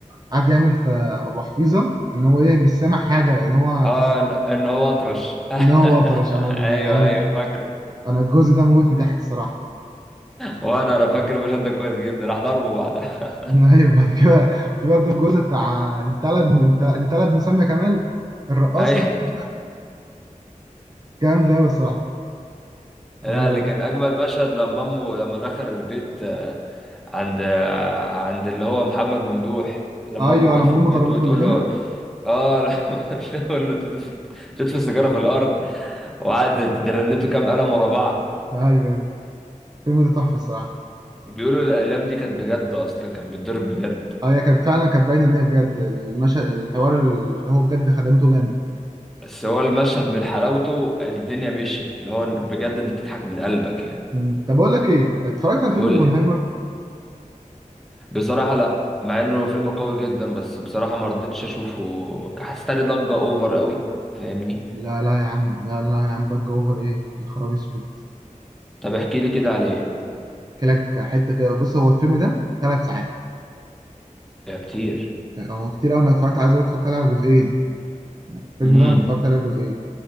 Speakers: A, on the right; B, in the centre.
A: قعد يعمل في ابو حفيظه ان هو ايه مش سامع حاجه ان هو
B: اه
A: كانت
B: ان إن هو اطرش <laughs>
A: ان هو وطرش انا ال...
B: ايوه
A: انا ال...
B: ايوه فاكره
A: انا الجزء ده موتني ضحك الصراحه
B: وانا انا فاكر المشهد ده كويس جدا راح ضربه بعدها
A: <laughs> ايوه بعد كده في برضه الجزء بتاع انت لا ابن انت انت لا ابن ساميه كمال الرقاصه
B: ايوه
A: جامد ده بصراحه
B: <laughs> لا
A: انا
B: اللي كان اجمد مشهد لما امه لما دخل البيت آه، عند آه، عند اللي هو محمد ممدوح لما
A: ايوه
B: امه كانت
A: لما
B: في البيت
A: امه ضربته
B: وتقول
A: بالقلمه
B: له اه لما <laughs> تقول له انت بتدفن بتدفن سيجاره في الارض وقعدت رنته كام قلم ورا بعض
A: ايوه أيوة. الفيلم ده تحفه الصراحه
B: بيقولوا الأقلام دي كانت بجد أصلا كان بيتضرب بجد
A: اه هي كانت فعلا كانت باينه ان هي بجد المشهد الحوار اللي هو بجد خدمته جامد
B: بس هو المشهد من حلاوته الدنيا مشيت اللي هو بجد انت بتضحك من قلبك يعني
A: مم. طب اقول لك ايه اتفرجت على فيلم
B: قول
A: اوبنهايمر
B: لي بصراحة لا مع انه فيلم قوي جدا بس بصراحة ما رضيتش اشوفه حسيت لي ضجة اوفر قوي فاهمني
A: لا لا يا عم لا لا يا عم ضجه اوفر ايه يا خراب اسود
B: طب احكي لي كده عليه
A: كلك حته كده بص هو الفيلم ده ثلاث ساعات
B: يا كتير
A: هو كتير قوي انا اتفرجت عايز اقول لك اتفرجت عليه على جزئين الفيلم
B: امم
A: ده انا اتفرجت عليه على جزئين